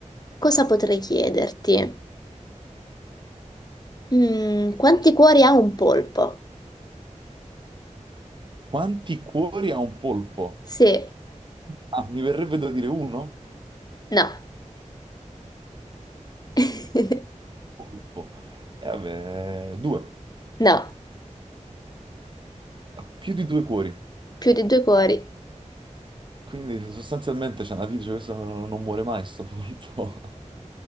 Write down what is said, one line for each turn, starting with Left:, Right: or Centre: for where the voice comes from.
Left: cosa potrei chiederti? Mm, quanti cuori ha un polpo?
Right: Quanti cuori ha un polpo?
Left: Sì,
Right: Ah, mi verrebbe da dire uno?
Left: no, <laughs>
Right: Polpo. E vabbè, due.
Left: no,
Right: Ha più di due cuori.
Left: più di due cuori.
Right: Quindi sostanzialmente c'è una vita, cioè, questo non, non muore mai, sto polpo.